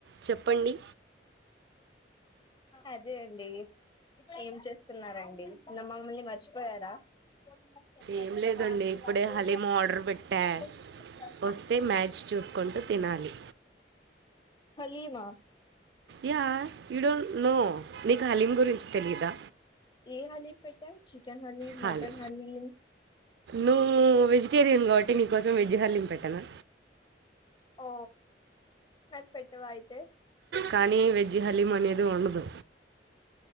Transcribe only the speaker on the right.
చెప్పండి
ఏం
లేదండి
ఇప్పుడే
హలీమా
ఆర్డర్
పెట్టా
వస్తే మ్యాచ్ చూసుకుంటూ తినాలి
యా యూ డోంట్ నో నీకు హలీం గురించి తెలీయదా
హాలు
నువ్వు వెజిటేరియన్ కాబట్టి నీకోసం వెజ్ హలీం పెట్టాను
కానీ వెజ్ హలీం అనేది ఉండదు